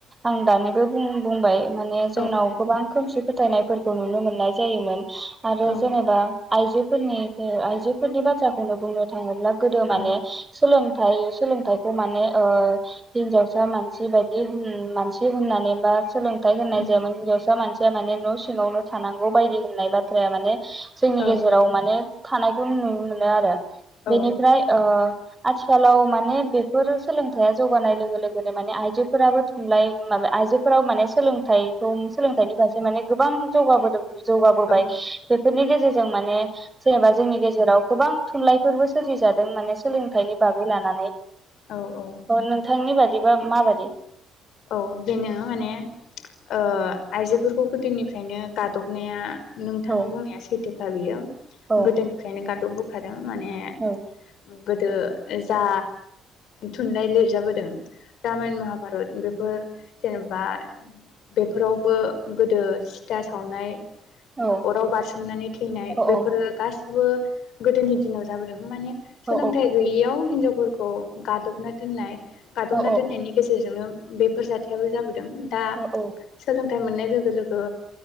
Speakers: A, on the right; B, on the left.
A: आं दानिबो बुंबाय माने जोंनाव
B: ओं औ
A: गोबां खोमसि फोथायनायफोरखौ नुनो मोननाय जायोमोन। आरो
B: ओं
A: जेनेबा आइजो फोरनि आइजोफोरनि बाथ्राखौनो बुंनो थाङोब्ला गोदो माने
B: ओं
A: सोलों थाइ सोलोंथाइखौ माने ओ हिनजावसा मानसि बायदि होन मानसि होननानै बा सोलों थाइ होननाय
B: उम
A: जायामोन मान माने न' सिङावनो थानांगौ बायदि होननाय बाथ्राया माने जोंनि
B: ओं
A: गेजेराव माने थानायखौ नुनो मोनो आरो बेनिफ्राय
B: औ
A: ओ आथिखालाव माने बेफोर सोलोंथाइया जौगानाय लोगो लोगोनो माने आइजोफोराबो थुनलाइ माबा आइजोफोराबो माने सोलोंथाइ दं सोलोंथाइनि फारसे माने गोबां जौगाबोदों जौगाबोबाय
B: औ
A: बेफोरनि गेजेरजों माने जेनेबा जोंनि गेजेराव गोबां थुनलाइफोरबो सोरजि जादों माने सोलोंथाइनि बागै लानानै
B: औ औ
A: नोंथांनि बा दिबा माबादि?
B: औ बेनो मासे ओ आइजोफोरखौ गोदोनिफ्रायनो गादबनाया नोंथां
A: औ
B: बुंनाया सैथोखा बियो
A: औ
B: गोदोनिफ्रायनो गा बोखादों माने ए
A: औ
B: गोदो जा थुनलाइ लिरजाबोदों रामायन महाभारत बे फोर जेनेबा बेफोरावबो गोदो सिथा सावनाय
A: औ
B: ओ अराव बारसोमनानै थैनाय
A: औ
B: बेफोरो गासै बो गोदोनि दिनाव जाबोदों माने सोलोंथाइ
A: औ
B: गैयियाव हिनजाव फोरखौ गादबना दोननाय गादबना
A: औ
B: दोननायनि गेजेरजोंनो। बेफोर जाथायाबो जाबो दों दा
A: औ
B: सोलों थाइ मोननाय लोगो लोगो